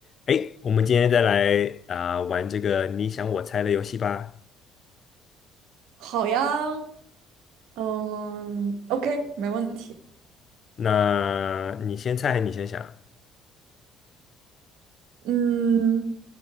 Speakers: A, on the left; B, on the right.
A: 哎，我们今天再来啊、玩这个你想我猜的游戏吧。
B: 好呀，嗯，OK，没问题。
A: 那你先猜还是你先想？
B: 嗯，